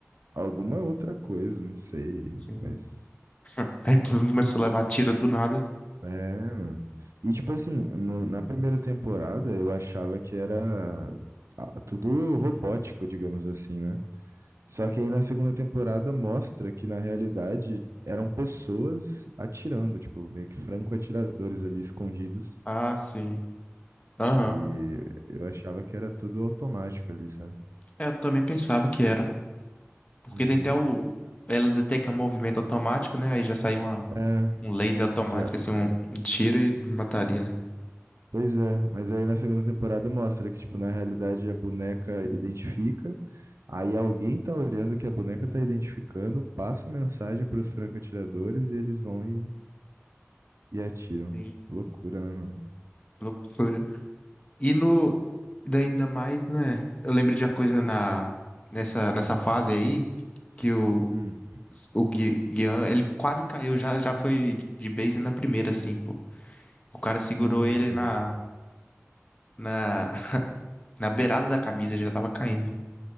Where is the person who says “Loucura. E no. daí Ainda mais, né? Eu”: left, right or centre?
Left